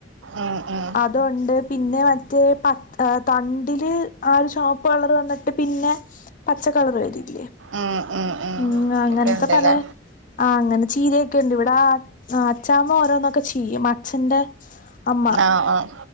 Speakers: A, on the right; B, on the left.
A: ഉം ഉം
B: അതൊണ്ട് പിന്നെ മറ്റേ പ ഏ തണ്ടില് ആ ഒരു ചോപ്പ് കളർ വന്നിട്ട് പിന്നെ പച്ച കളർ വരില്ലേ
A: ഉം
B: ഉം അങ്ങനത്തെ
A: ഒക്കെ ഉണ്ടല്ലേ
B: പല ആ അങ്ങന ചീരയൊക്കെ ഉണ്ട് ഇവിടെ ആ അച്ചാമ്മ ഓരോന്നൊക്കെ ചെയും അച്ഛന്റെ അമ്മ
A: ആഹ് ആഹ്